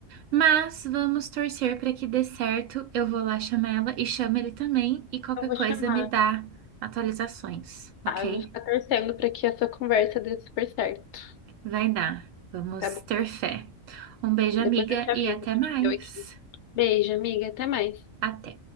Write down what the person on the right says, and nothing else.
mas vamos torcer para que dê certo. Eu vou lá chamar ela e chamo ele também e qualquer
coisa
me dá atualizações, ok?
Vai dar. Vamos
ter fé. Um beijo,
amiga,
e até
mais.
Até.